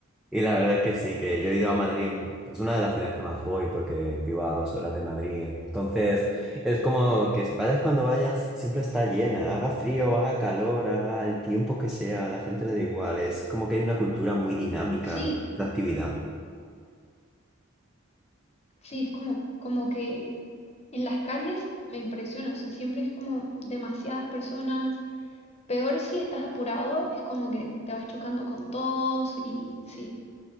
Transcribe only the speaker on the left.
Sí,
sí, es como, como que en las calles me impresiona, o sea, siempre es como demasiadas personas. Peor si estás apurado, es como que te vas chocando con todos y sí,